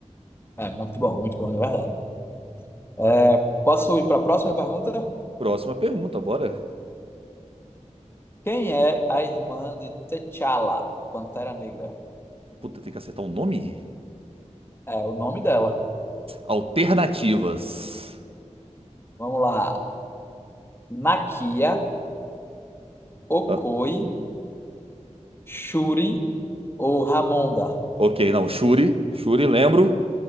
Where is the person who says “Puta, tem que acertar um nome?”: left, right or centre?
Right